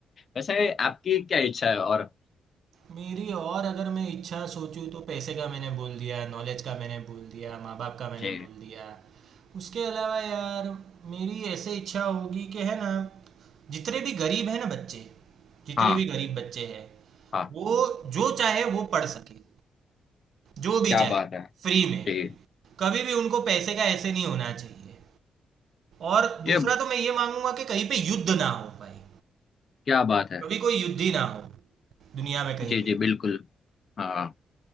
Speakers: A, on the left; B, on the right.
A: वैसे आपकी क्या इच्छा है और
B: मेरी और अगर मैं इच्छा सोचूँ तो पैसे का मैंने बोल दिया नॉलेज का मैंने बोल दिया माँ बाप का मैंने
A: जी
B: बोल दिया उसके अलावा यार मेरी ऐसे इच्छा होगी कि है ना जितने भी गरीब हैं ना बच्चे जितने
A: हाँ
B: भी गरीब बच्चे हैं
A: हाँ
B: वो जो चाहे वो पढ़ सके जो भी
A: क्या
B: चाहे
A: बात है
B: फ्री में
A: जी
B: कभी भी उनको पैसे का ऐसे नहीं होना चाहिए और
A: ये
B: दूसरा तो मैं ये मांगूंगा कि कहीं पे युद्ध ना हो भाई
A: क्या बात है
B: कभी कोई युद्ध ही ना हो दुनिया में कहीं
A: जी
B: पे
A: जी बिल्कुल हाँ